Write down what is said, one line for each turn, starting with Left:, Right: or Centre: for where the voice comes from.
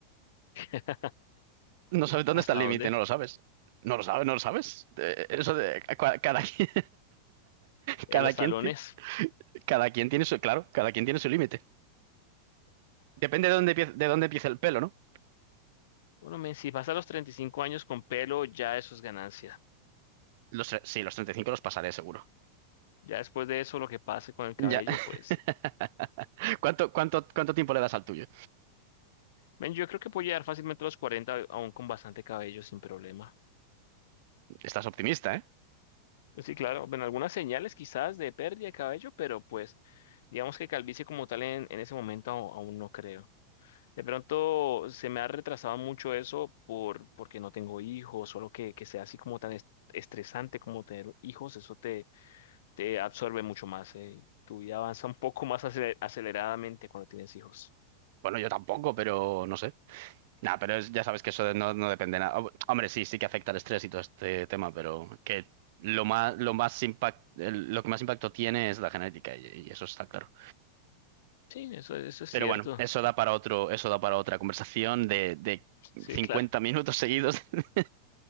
Left: <laughs>
Right: No sabes dónde
Left: ¿Hasta
Right: está el límite,
Left: dónde?
Right: no lo sabes. No lo sabes, no lo sabes. Eh, Eso de eh, cua- cada, <laughs> quien-
Left: En
Right: cada
Left: los
Right: quien,
Left: talones.
Right: ti- cada quien tiene su, claro, cada quien tiene su límite. Depende de dónde, empie- de dónde empiece el pelo, ¿no?
Left: Bueno, men, si vas a los 35 años con pelo, ya eso es ganancia.
Right: Los, tre- sí, los 35 los pasaré seguro.
Left: Ya después de eso, lo que pase con el cabello,
Right: Ya. <laughs>
Left: pues,
Right: ¿Cuánto, cuánto, cuánto tiempo le das al tuyo?
Left: men, yo creo que puedo llegar fácilmente a los 40 aún con bastante cabello sin problema.
Right: Estás optimista, ¿eh?
Left: Sí, claro, ven algunas señales quizás de pérdida de cabello, pero pues, digamos que calvicie como tal en, en ese momento aún aún no creo. De pronto se me ha retrasado mucho eso por, porque no tengo hijos, solo que, que sea así como tan est- estresante como tener hijos, eso te, te absorbe mucho más, eh. Tu vida avanza <laughs> un poco más acele- aceleradamente cuando tienes hijos.
Right: Bueno, yo tampoco, pero no sé. No, pero es- ya sabes que eso no, no depende nada. Hom- Hombre, sí, sí que afecta el estrés y todo este tema, pero que lo más, lo más impact, el- lo que más impacto tiene es la genética y, y eso está claro.
Left: Sí, eso, eso es
Right: Pero
Left: cierto.
Right: bueno, eso da para otro, eso da para otra conversación de, de
Left: Sí,
Right: cincuenta
Left: claro.
Right: minutos seguidos. <laughs>